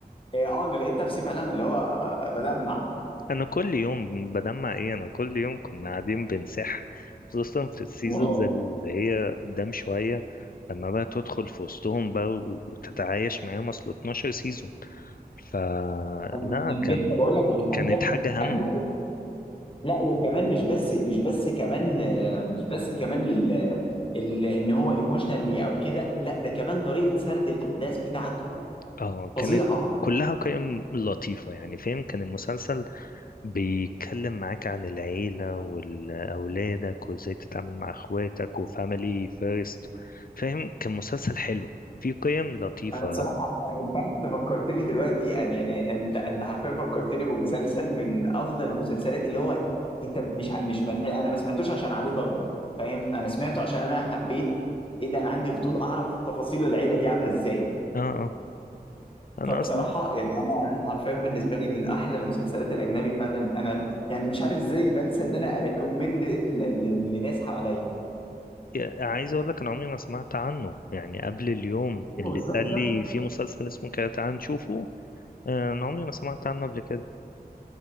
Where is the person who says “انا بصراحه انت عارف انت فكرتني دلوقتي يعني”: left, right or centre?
Left